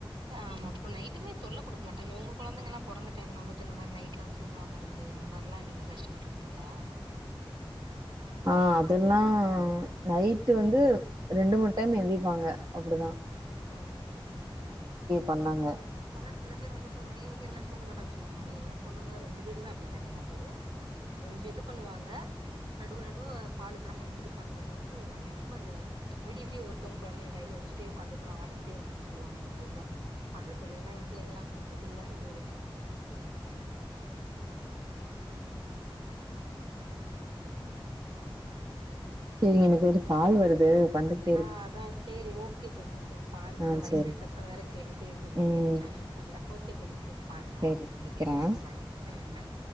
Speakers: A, on the right (about 65°); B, on the right (about 45°).
A: ஆமா இப்ப நைட்டுமே தொல்ல குடுக்க மாட்டாங்க உங்க கொழந்தைங்களா பொறந்த டைம்ல வந்துட்டு இந்த மாரி நைட்லா தூங்காம இருந்து அந்த மாரிலா நீங்க கஷ்டப்பட்ருக்கீங்களா
B: ஆ அதெல்லா நைட்டு வந்து ரெண்டு மூணு டைம் எந்திப்பாங்க அப்படிதா
A: ம்
B: பண்ணாங்க
A: அதா சில பேர் வந்துட்டு விடிய விடியல்லா தூங்க மாட்டாங்க சொ ல்வாங்க ஆனா எ பொண்ணுங்க ரெண்டு பேருமே அப்படி கெடையாது கொஞ்சோ இது பண்ணுவாங்க நடுவ நடுவ பாலுக்காக எந்திரிப்பாங்களே தவித்து ரொம்ப இந்த விடிய விடிய ஒருத்தங்க கொழந்தைய கைல வச்சுட்டே உக்காந்து பளா ஆடிக்கிட்டே இருக்கும்ன்னு சொல்லுவாங்க சில பேர்லாம் அந்த தொல்லைல்லா எ பிள்ளைங்கல்லா குடுத்ததில்ல இது வரைக்கு
B: சரி எனக்கு இது கால் வருது வந்து
A: ஆ அதா சேரி ஓகே தோழி சேரி பாருங்க அதா
B: ஆ
A: வைப்ரட்
B: சேரி
A: சத்தோ வேற கேட்டுட்டே இருக்கு இதுல
B: ம்
A: கேட்டுச்சா ஆனா தெர்ல ஓகே தோழி சேர் பாருங்க
B: சேரி வெக்கிறே
A: ம் பாய் ம் பாய்